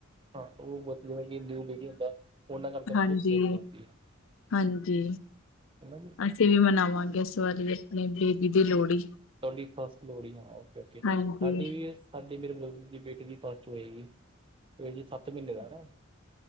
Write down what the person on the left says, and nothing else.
ਹਾਂਜੀ,
ਹਾਂਜੀ।
ਅਸੀਂ ਵੀ ਮਨਾਵਾਂਗੇ, ਇਸ ਵਾਰੀ ਆਪਣੀ ਬੇਬੀ ਦੀ ਲੋਹੜੀ।
ਹਾਂਜੀ।